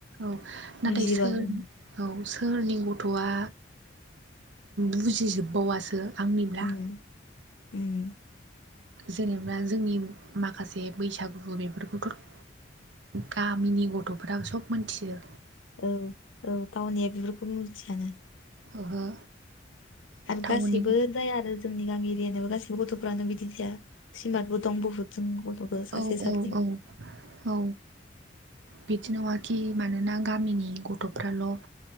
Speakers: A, on the right; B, on the left.
A: औ नाथाय
B: बुजिबाबो
A: सोर औ सोरनि गथ'आ बुजिजोबबावासो आंनिब्ला
B: उम उम
A: जेनेबा जोंनि माखासे बैसागु बेफोरखौथ'। गामिनि गथ'फोराबो सब मिथियो।
B: औ औ टाउनया बेफोरखौ मिथियानो।
A: ओहो।
B: आरो
A: टाउननि
B: गासैबो जाया आरो जोंनि गामि एरियानि गासैबो गथ'फ्रानो बिदि जाया। सिमार्टबो दं बहुद जों गथ'बो सासे
A: औ
B: सासे
A: औ औ औ बिदि नंआखि मानोना गामिनि गथ'फ्राल'